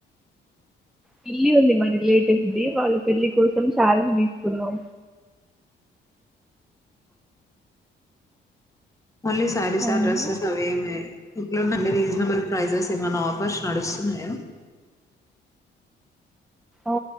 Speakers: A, in the centre; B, on the left.
A: పిల్లి ఉంది మా రిలేటివ్స్ ది వాళ్ళ పెళ్లి కోసం శాలది తీసుకున్నాం
B: మళ్లీ సారీ సార్
A: అవును
B: డ్రెస్సెస్ అవేమి ఇట్లుందండి రీజనబుల్ ప్రైజెస్ ఏమైన్నా ఆఫర్స్ నడుస్తున్నాయా
A: ఆ